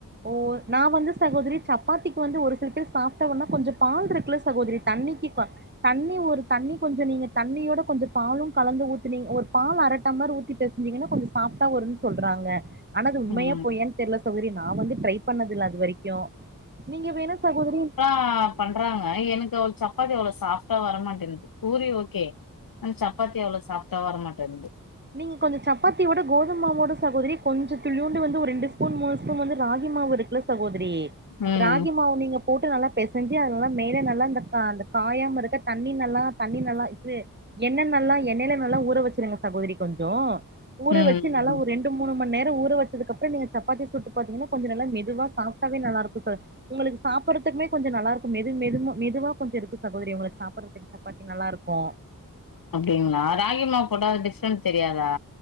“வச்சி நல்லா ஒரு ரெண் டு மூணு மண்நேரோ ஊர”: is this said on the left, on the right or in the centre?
Right